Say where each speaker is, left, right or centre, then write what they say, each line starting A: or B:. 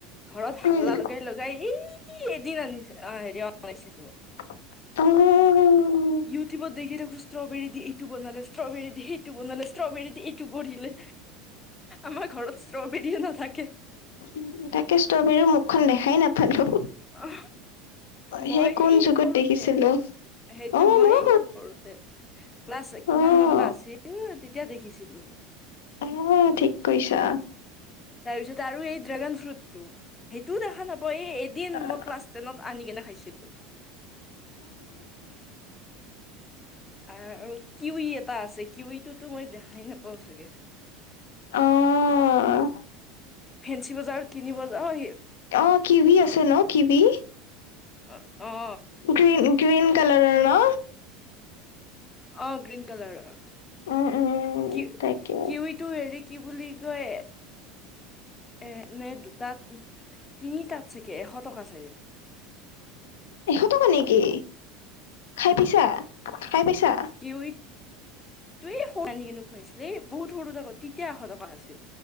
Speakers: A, on the left; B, on the left.
A: ঘৰত
B: উম
A: হাল্লা লগাই লগাই এই এদিন আনি হেৰি অনাইছিলো
B: অহ
A: ইউটিউবত দেখি থাকো ষ্ট্ৰবেৰী দি এইটো বনালে ষ্ট্ৰবৰী দি সেইটো বনালে ষ্ট্ৰবৰী দি। কৰিলে আমাৰ ঘৰত ষ্ট্ৰবেৰীয়ে নাথাকে।
B: উম তাকে ষ্ট্ৰবেৰীৰ মুখখন দেখাই নাপালো।
A: অ মই
B: সেই কোন
A: এই
B: যুগত
A: সৰুতে
B: দেখিছিলো।
A: সেইটো
B: অ',
A: মই
B: মইও
A: এই সৰুতে ক্লাছ কিমান
B: অ',
A: মান বা আছিল এই তেতিয়া দেখিছিলো।
B: অ ঠিক কৈছা।
A: তাৰপিছত আৰু এই ড্ৰেগন ফ্ৰুটটো সেইটোও দেখা নাপাওঁ এই এদিন
B: অ',
A: মই ক্লাছ টেনত আনি কিনে খাইছিলো। আৰু আৰু কিউই এটা আছে কিউইটোতো মই দেখাই নাপাওঁ চাগে।
B: অ',
A: এ ফেঞ্চি বজাৰত কিনিব যাওঁ
B: অঁ কিউই আছে ন কিউই।
A: অ অঁ।
B: গ্ৰীন গ্ৰীন কালাৰৰ ন?
A: অ গ্ৰীন কালাৰ,
B: উম, উম,
A: কি
B: তাকে।
A: কিউই টো হেৰি কি বুলি কয় এ নে দুটাত তিনি তাত চাগে এশ টকা চাগে।
B: এশটকা নেকি খাই পাইছা, খাই পাইছা?
A: কিউই এই সৰুত আনি কিনে খুৱাইছিলে বহুত সৰু থাকোতে তেতিয়া এশ ট কা আছিল,